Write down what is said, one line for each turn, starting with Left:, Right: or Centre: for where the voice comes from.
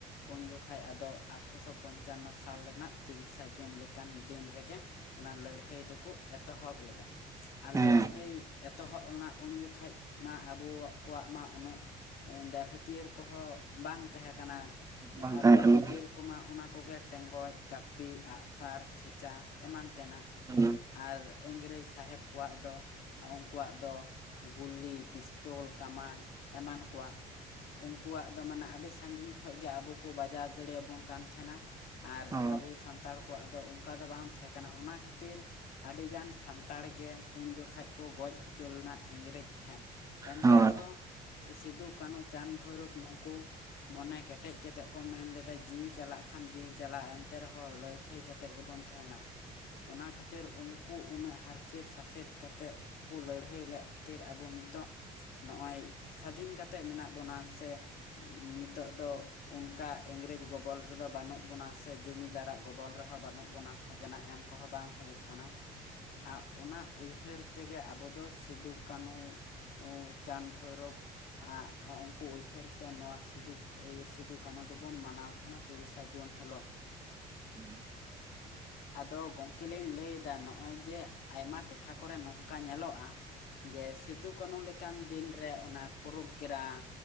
Left: ᱩᱱ ᱡᱚᱠᱷᱟᱡ ᱟᱫᱚ ᱟᱴᱷᱨᱚᱥᱚ ᱯᱚᱱᱪᱟᱱᱱᱚ ᱥᱟᱞ ᱨᱮᱱᱟᱜ ᱛᱤᱨᱤᱥᱟ ᱡᱩᱱ ᱞᱮᱠᱟᱱ ᱫᱤᱱ ᱨᱮᱜᱮ ᱚᱱᱟ ᱞᱟᱹᱲᱦᱟᱹᱭ ᱫᱚᱠᱩ ᱮᱛᱚᱦᱚᱵ ᱞᱮᱫᱟ᱾ ᱟᱨ
Right: ᱦᱮᱸ
Left: ᱞᱟᱹᱲᱦᱟᱹᱭ ᱮᱛᱚᱦᱚᱵ ᱞᱮᱱᱟ ᱩᱱ ᱡᱚᱠᱷᱟᱡ ᱢᱟ ᱟᱵᱚ ᱠᱚᱣᱟᱜ ᱢᱟ ᱩᱱᱟᱹᱜ ᱦᱟᱹᱛᱭᱟᱹᱨ ᱠᱚᱦᱚᱸ ᱵᱟᱝ ᱛᱟᱦᱮᱸ ᱠᱟᱱᱟ᱾
Right: ᱵᱟᱝ
Left: ᱟᱵᱚᱣᱟᱜ
Right: ᱛᱟᱦᱮᱸ ᱠᱟᱱᱟ
Left: ᱦᱟᱹᱛᱭᱟᱹᱨ
Right: ᱦᱩᱸ
Left: ᱠᱚᱢᱟ ᱚᱱᱟ ᱠᱚᱜᱮ ᱴᱮᱸᱜᱚᱪ ᱠᱟᱹᱯᱤ ᱟᱜ-ᱥᱟᱨ ᱠᱷᱮᱪᱟ ᱮᱢᱟᱱ ᱛᱮᱱᱟᱜ
Right: <unintelligible>
Left: ᱟᱨ ᱤᱝᱨᱮᱡᱽ ᱥᱟᱦᱮᱵᱽ ᱠᱚᱣᱟᱜ ᱫᱚ ᱩᱱᱠᱩᱣᱟᱜ ᱫᱚ ᱜᱩᱞᱤ ᱯᱤᱥᱛᱚᱞ ᱠᱟᱢᱟᱱ ᱮᱢᱟᱱ ᱠᱚᱣᱟᱜ᱾ ᱩᱱᱠᱩᱣᱟᱜ ᱫᱚ ᱢᱟᱱᱮ ᱟᱹᱰᱤ ᱥᱟᱺᱜᱤᱧ ᱠᱷᱚᱡ ᱜᱮ ᱟᱵᱚ ᱠᱚ ᱵᱟᱡᱟᱣ ᱫᱟᱲᱮᱭᱟᱵᱚᱱ ᱠᱟᱱ ᱛᱟᱦᱮᱱᱟ ᱟᱨ
Right: ᱦᱳᱭ
Left: ᱟᱵᱚ ᱥᱟᱱᱛᱟᱲ ᱠᱚᱣᱟᱜ ᱫᱚ ᱚᱱᱠᱟ ᱫᱚ ᱵᱟᱝ ᱛᱟᱦᱮᱸ ᱠᱟᱱᱟ ᱚᱱᱟ ᱠᱷᱟᱹᱛᱤᱨ ᱟᱹᱰᱤᱜᱟᱱ ᱥᱟᱱᱛᱟᱲ ᱜᱮ ᱩᱱ ᱡᱚᱠᱷᱮᱡᱽ ᱠᱚ ᱜᱚᱡᱽ ᱚᱪᱚ ᱞᱮᱱᱟ ᱤᱝᱨᱮᱡᱽ ᱴᱷᱮᱱ᱾ ᱮᱱᱛᱮ
Right: ᱦᱳᱭ
Left: ᱨᱮᱦᱚᱸ ᱥᱤᱫᱩ ᱠᱟᱹᱱᱩ ᱪᱟᱸᱫᱽ ᱵᱷᱳᱭᱨᱳᱯ ᱱᱩᱠᱩ ᱢᱚᱱᱮ ᱠᱮᱴᱮᱡ ᱠᱟᱛᱮᱜ ᱠᱚ ᱢᱮᱱ ᱞᱮᱫᱟ ᱡᱤᱣᱤ ᱪᱟᱞᱟᱜ ᱠᱷᱟᱱ ᱡᱤᱣᱤ ᱪᱟᱞᱟᱜ ᱮᱱᱛᱮ ᱨᱮᱦᱚᱸ ᱞᱟᱹᱭᱦᱟᱹᱭ ᱠᱟᱛᱮᱫ ᱜᱮᱵᱚᱱ ᱛᱟᱦᱮᱱᱟ᱾ ᱚᱱᱟ ᱠᱷᱟᱹᱛᱤᱨ ᱩᱱᱠᱩ ᱩᱱᱟᱹᱜ ᱦᱟᱨᱠᱮᱛ ᱥᱟᱥᱮᱛ ᱠᱟᱛᱮᱫ ᱠᱚ ᱞᱟᱹᱲᱦᱟᱹᱭ ᱞᱮᱫ ᱠᱷᱟᱹᱛᱤᱨ ᱟᱵᱚ ᱱᱤᱛᱚᱜ ᱱᱚᱜ-ᱚᱭ ᱥᱟᱫᱷᱤᱱ ᱠᱟᱛᱮᱜ ᱢᱮᱱᱟᱜ ᱵᱚᱱᱟ ᱥᱮ ᱱᱤᱛᱚᱜ ᱫᱚ ᱚᱱᱠᱟ ᱤᱝᱨᱮᱡᱽ ᱜᱚᱵᱚᱞ ᱨᱮᱫᱚ ᱵᱟᱹᱱᱩᱜ ᱵᱚᱱᱟ ᱥᱮ ᱡᱩᱢᱤᱫᱟᱨᱟᱜ ᱜᱚᱵᱚᱞ ᱨᱮᱦᱚᱸ ᱵᱟᱹᱱᱩᱜ ᱵᱚᱱᱟ ᱠᱷᱟᱡᱽᱱᱟ ᱮᱢ ᱠᱚᱦᱚᱸ ᱵᱟᱝ ᱦᱩᱭᱩᱜ ᱠᱟᱱᱟ᱾ ᱟᱨ ᱚᱱᱟ ᱩᱭᱦᱟᱹᱨ ᱛᱮᱜᱮ ᱟᱵᱚ ᱫᱚ ᱥᱤᱫᱩ ᱠᱟᱹᱱᱩ ᱩᱸ ᱪᱟᱸᱫᱽ ᱵᱷᱳᱭᱨᱚᱵ ᱟᱨ ᱩᱱᱠᱩ ᱩᱭᱦᱟᱹᱨ ᱛᱮ ᱱᱚᱣᱟ ᱥᱤᱫᱩ ᱥᱤᱫᱩ ᱠᱟᱹᱱᱩ ᱫᱚᱵᱚᱱ ᱢᱟᱱᱟᱣ ᱛᱟᱦᱮᱱᱟ᱾ ᱛᱤᱨᱤᱥᱟ ᱡᱩᱱ ᱦᱤᱞᱳᱜ᱾
Right: <unintelligible>
Left: ᱟᱫᱚ ᱜᱚᱝᱠᱮ ᱞᱤᱧ ᱞᱟᱹᱭ ᱮᱫᱟ ᱱᱚᱜ-ᱚᱭ ᱡᱮ ᱟᱭᱢᱟ ᱴᱚᱴᱷᱟ ᱠᱚᱨᱮ ᱱᱚᱝᱠᱟ ᱧᱮᱞᱚᱜᱼᱟ᱾ ᱡᱮ ᱥᱤᱫᱩ ᱠᱟᱱᱩ ᱞᱮᱠᱟᱱ ᱫᱤᱱᱨᱮ ᱚᱱᱟ ᱯᱨᱳᱜᱨᱟᱢ